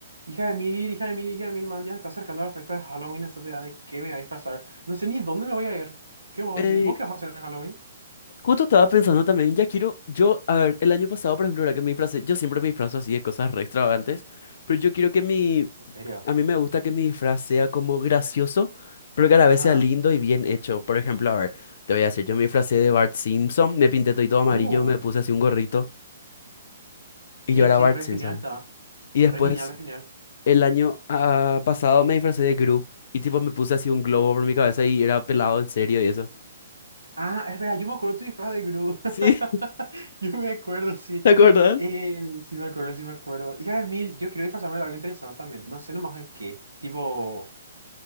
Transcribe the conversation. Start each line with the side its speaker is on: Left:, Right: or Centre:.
Right: Hija de mil, hija de mil, hija de mil, man, ya se está acercando la fiesta de Halloween, esa te da de qué me voy a disfrazar. No sé ni dónde me voy a ir. ¿Qué vos
Left: Ey,
Right: decís? ¿Vos qué vas a hacer en Halloween?
Left: justo estaba pensando también, ya quiero, yo, a ver, el año pasado, por ejemplo, era que me disfracé, yo siempre me disfrazo así de cosas re extravagantes, pero yo quiero que mi,
Right: ¿En serio?
Left: a mí me gusta que mi disfraz sea como gracioso, pero que a la
Right: Ajá.
Left: vez sea lindo y bien hecho. Por ejemplo, a ver, te voy a decir, yo me disfracé de Bart Simpson, me pinté todo amarillo,
Right: Uh.
Left: me puse así un gorrito y
Right: Ey,
Left: yo era
Right: che,
Left: Bart
Right: re
Left: Simpson.
Right: genial está.
Left: Y después,
Right: Re genial, re genial.
Left: el año ah, pasado me disfracé de Gru y tipo me puse así un globo por mi cabeza y era pelado en serio y eso.
Right: Ah, espera, yo me acuerdo tu disfraz de Gru. <laughs>
Left: <laughs> ¿Sí?
Right: Yo me acuerdo, sí.
Left: ¿Te acuerdas?
Right: Eh, sí me acuerdo, sí me acuerdo. Hija de mil, yo quiero disfrazarme de algo interesante también. No sé nomás de qué. Tipo...